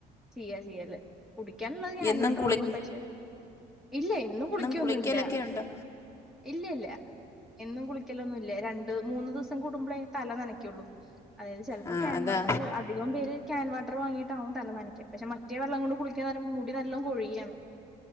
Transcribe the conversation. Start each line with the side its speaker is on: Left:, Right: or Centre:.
Centre: ചെയ്യാ ചെയ്യല്ലേ കുടിക്കാനുള്ളത് ഞാൻ
Left: എന്നും
Centre: ഇൻവർട്ടർ
Left: കുളി
Centre: വാങ്ങും പക്ഷെ ഇല്ല എന്നും കുളിക്കൊന്നുംല്ല
Left: കുളിക്കലൊക്കെ ഉണ്ടോ
Centre: ഇല്ല ഇല്ല ന്നും കുളിക്കലൊന്നുമില്ലേ രണ്ട് മൂന്ന്ു ദിവസം കൂടുമ്പോളേ തല നനക്കുള്ളു അതായത് ചിലപ്പോൾ
Left: ആ
Centre: ക്യാൻ
Left: അതാ
Centre: വട്ടർ അധികം പേര് കാക്യാൻവാട്ടർ വാങ്ങയിട്ടാാവും തലമനയ്ക്ക് പക്ഷെ ഒറ്റേ വെള്ളം കൊണ്ട് കുളിക്കാ മുടി നല്ലണം കൊഴുകയാണ്